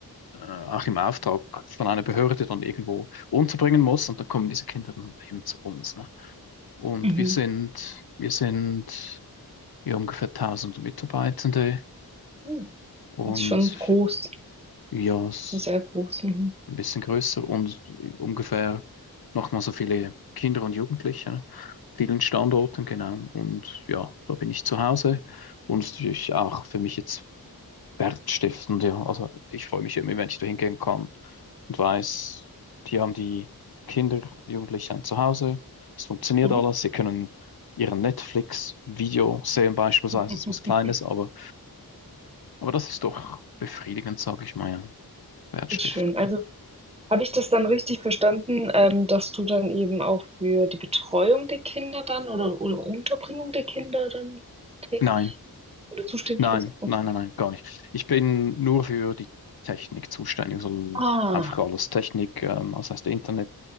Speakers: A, on the left; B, on the right.
A: äh, auch im Auftrag von einer Behörde dann irgendwo unterbringen muss. Und dann kommen diese Kinder dann eben zu uns. Ne? Und
B: Mhm.
A: wir sind, wir sind ja ungefähr tausend Mitarbeitende
B: Oh.
A: und
B: Das ist schon groß,
A: ja, s-
B: sehr groß. Mhm.
A: ein bisschen größer und ungefähr nochmal so viele Kinder und Jugendliche, an vielen Standorten, genau. Und ja, da bin ich zu Hause und natürlich auch für mich jetzt wertstiftend, ja. Also ich freue mich immer, wenn ich da hingehen kann und weiß, die haben die Kinder, Jugendliche ein Zuhause, es funktioniert
B: Mhm.
A: alles, sie können ihren Netflix-Video sehen beispielsweise,
B: <laughs>
A: das ist was Kleines, aber Aber das ist doch befriedigend, sage ich mal, ja. Wertstiftung.
B: Das ist schön. Also Habe ich das dann richtig verstanden, ähm, dass du dann eben auch für die Betreuung der Kinder dann oder, oder Unterbringung der Kinder dann tätig
A: Nein,
B: oder zuständig
A: nein,
B: bist? Okay.
A: nein, nein, nein, gar nicht. Ich bin nur für die Technik zuständig, also
B: Ah,
A: einfach alles Technik, ähm, das heißt Internet,